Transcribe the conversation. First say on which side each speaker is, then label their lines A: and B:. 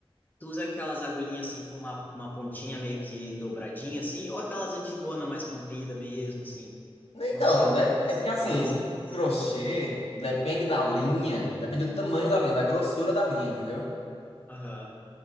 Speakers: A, on the left (about 20°); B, on the left (about 80°).
A: tu usa aquelas agulhinhas, assim, com uma, uma pontinha meio que dobradinha, assim, ou aquelas antigona mais comprida mesmo, assim?
B: Então,
A: Não sei os
B: de-
A: nomes
B: é porque assim,
A: delas,
B: o crochê
A: enfim.
B: depende da linha, depende do tamanho da linha, da grossura da linha, entendeu?
A: Aham.